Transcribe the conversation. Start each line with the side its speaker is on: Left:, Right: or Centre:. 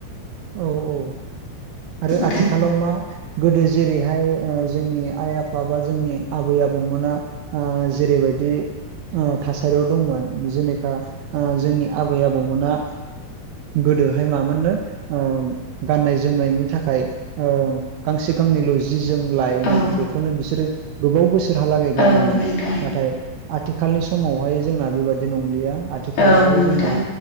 Right: औ औ आरो
Left: नोंथां
Right: आथिखालाव मा गोदो जेरैहाय ओ जोंनि आइ आफा बा जोंनि आबै आबौमोना ओ जेरैबायदि ओ थासारियाव दंमोन जेनखा जोंनि आबै आबौमोना गोदोहाय मामोननो ओम गाननाय जोमनायनि थाखाय ओम गांसे गांनैल' जि जोम लायोमोन
Left: औ
Right: बेखौनो बिसोरो गोबाव बोसोराव लागै गानोमोन
Left: औ नोंथां
Right: नाथाय आथिखालनि समावहाय जोंना बेबादि नंलिया आथिखालावहाय
Left: औ नोंथां
Right: जोंना